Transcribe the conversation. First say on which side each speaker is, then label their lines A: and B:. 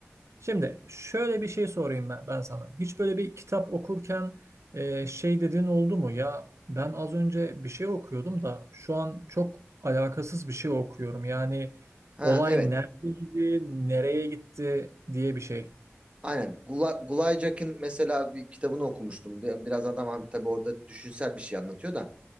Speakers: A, on the right; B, on the right.
A: Şimdi şöyle bir şey sorayım ben, ben sana. Hiç böyle bir kitap okurken e, şey dediğin oldu mu? Ya ben az önce bir şey okuyordum da şu an çok alakasız bir şey okuyorum. Yani
B: Ha
A: olay
B: evet.
A: neredeydi, nereye gitti diye bir şey.
B: Aynen. Gula- Gulaycak'ın mesela bir kitabını okumuştum. Bir- Biraz adam ha- tabii orada düşünsel bir şey anlatıyor da